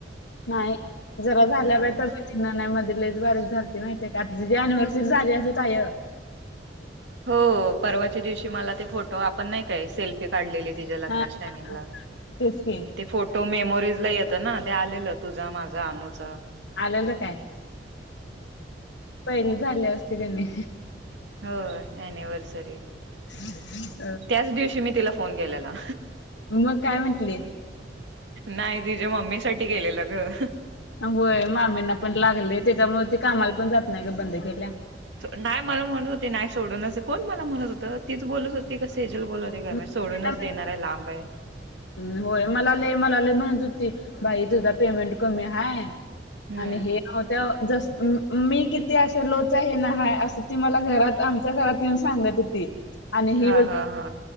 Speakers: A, on the left; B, on the right.
A: नाही जरा झाल्या
B: हम्म
A: बाई तब्बेतीनं नाही, मधी लईच बारीक झालती माहितीे, का आता अनिव्हर्सरी झाली असेल तायं,
B: हो परवाच्या दिवशी मला ते, फोटो आपण नाही काय सेल्फी काढलेले. तीच्या लग्नाच्या
A: हा
B: टायमिंगला
A: हा तेच की
B: ते फोटो मेमोरीजला येत. ना ते आलेलं तुझा माझा अनुचा.
A: आलेलं काय, पहिले झाले असते कणी,
B: हो अनिव्हर्सरी,
A: <inaudible>
B: त्याच दिवशी मी तिला फोन केलेला.
A: मग काय म्हंटली
B: नाही तीच्या मम्मी साठी केलेला गं,
A: होय मामींना पण लागलंय, त्याच्यामुळे ती कामाला पण जात नाही गं बंद केल्या.
B: नाही मला म्हणत होते, नाही सोडूनच कोण मला म्हणत होतं तीच बोलत होती कस, ती चा बोलत होती
A: मग
B: सोडूनच
A: तिला
B: देणार आहे लांब आहे.
A: म्हण- होय मला लय मला लय म्हणत होती बाई तुझा पेमेंट कमी हाय
B: हम्म
A: आणि हे त्याव, जसं मी किती असं लो च्या हेन हाय असं ती मला घरात आमच्या घरात येऊन सांगत होती. आणि
B: हा
A: ही
B: हा हा